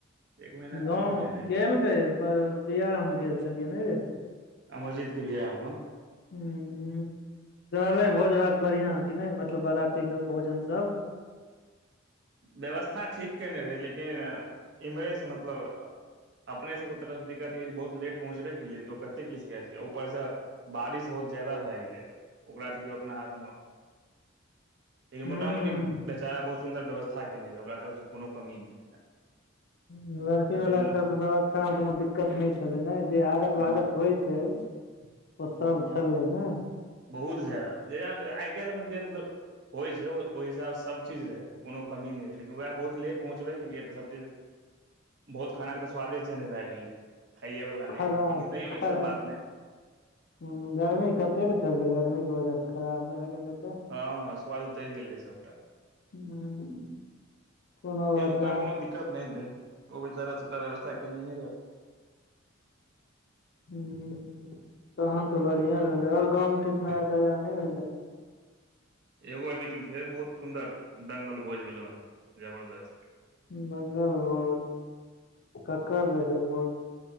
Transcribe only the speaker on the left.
गाँव
गेलकै बिआहमे गेल छलियै नै रे
ह रहलै भोज भात बढ़िआं कि नहि मतलब बरातीक भोजन सब
हूँ
ह
हू लड़की वाला
के तरफ से व्यवस्था मे कोनो दिक्कत नहि छले ने जे आगत भागत
होइ छै
ओ सब छललै न
खराब
खराब
ह गर्मी कतेक छलै गर्मी के वजह से खराब भए गेलै तऽ
<inaudible> ह कोनो
बात
नहि
ह तहन तऽ बढ़िया रहलै आओर गाँवमे किछु नया ताजा नहि भेलै
दंंगल भोज ककर रहै भोज